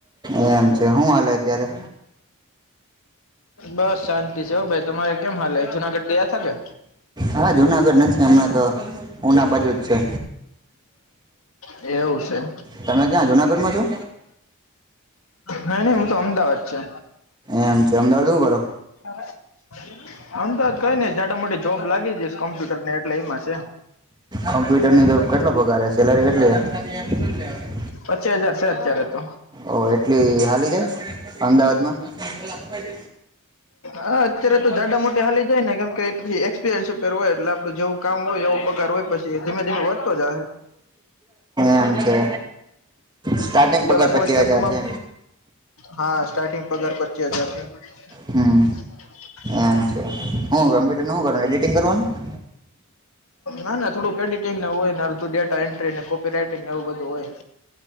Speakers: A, on the right; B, on the left.
A: એમ છે હું હાલે અત્યારે
B: બસ શાંતિ છે ભાઈ તમારે કેમ હાલે જુનાગઢ ગયા થા કે
A: હા જુનાગઢ નથી હમણાં તો ઉના બાજુ જ છે
B: એવું છે
A: તમે ક્યાં જુનાગઢમાં છો?
B: નઈ નઈ હું તો અમદાવાદ છે
A: એમ છે અમદાવાદ હું કરો
B: <inaudible> અમદાવાદ કઈ નઈ જાટ મોટી જોબ લાગી જઈશ કોમ્પ્યુટર ને એટલે એમાં છે
A: કોમ્પ્યુટરની જોબ કેટલો પગાર હે સેલરી કેટલી હે
B: પચાસ હજાર છે અત્યારે તો
A: ઓ એટલી હાલી કે અમદાવાદમાં
B: હા અત્યારે તો જાડા મોટી હાલી જાય ને કેમ કે એક્સપિરિયન્સ ઉપર હોય એટલે આપડે જવું કામ હોય એવો પગાર હોય પછી ધીમે ધીમે વધતો જાહે
A: એમ છે સ્ટાર્ટિંગ પગાર
B: <unintelligible>
A: પચીસ
B: કોન્સ્ટેબલમાં
A: હજાર છે
B: હા સ્ટાર્ટિંગ પગાર પચીસ હજાર છે
A: હમ
B: હ
A: એમ છે હું કમ્પ્યુટર શું કરવાનું એડિટિંગ કરવાનું.
B: ના ના થોડુંક્રેડિટિંગને હોયને તું ડે તો એન્ટ્રી અને કોપી રાઈટિંગ એવું બધું હોય